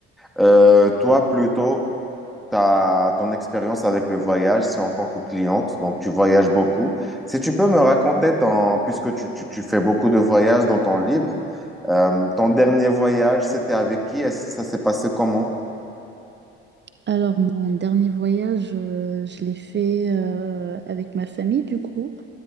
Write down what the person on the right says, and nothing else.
Alors, mon dernier voyage, euh, je l'ai fait euh, avec ma famille, du coup.